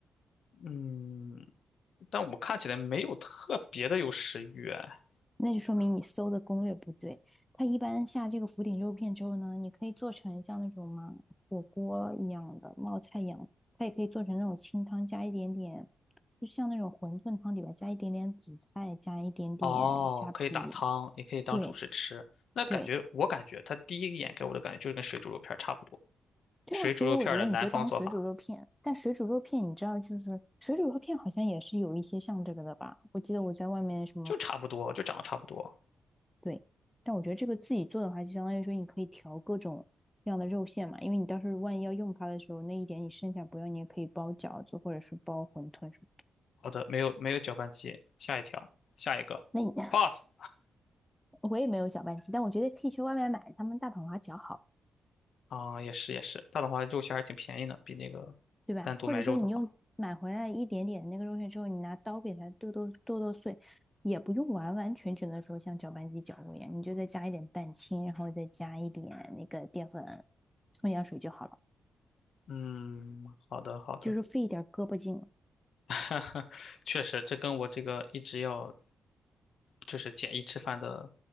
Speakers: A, on the left; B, in the centre.
A: 嗯，但我看起来没有特别的有食欲哎。
B: 那就说明你搜的攻略不对。它一般下这个福鼎肉片之后呢，你可以做成像那种嘛火锅一样的冒菜一样，它也可以做成那种清汤加一点点，就像那种馄饨汤里边加一点点紫菜，加一点点虾皮。
A: 哦，可以打汤，也可以当主食吃。
B: 对
A: 那感觉，
B: 对
A: 我感觉他第一眼给我的感觉就是跟水煮肉片儿差不多，
B: 对啊，
A: 水煮肉片儿的南方做法
B: 所以我觉得你就当水煮肉片。但水煮肉片你知道，就是水煮肉片好像也是有一些像这个的吧？我记得我在外面什么。
A: 就差不多，就长得差不多。
B: 对，但我觉得这个自己做的话，就相当于说你可以调各种各样的肉馅嘛，因为你到时候万一要用它的时候，那一点你剩下不要，你也可以包饺子或者是包馄饨什么。
A: 好的，没有没有搅拌机，下一条，下一个，pass
B: 那你 <laughs> 我也没有搅拌机，但我觉得可以去外面买他们大统华搅好，
A: 啊，也是也是，这样的话肉馅还挺便宜的，比那个单独买肉的话。
B: 对吧？或者说你用买回来一点点的那个肉馅之后，你拿刀给它剁剁剁剁碎，也不用完完全全的说像搅拌机搅过一样，你就再加一点蛋清，然后再加一点那个淀粉、葱姜水就好了，
A: 嗯，好的好的，
B: 就是费一点胳膊劲了。
A: <laughs> 确实，这跟我这个一直要就是简易吃饭的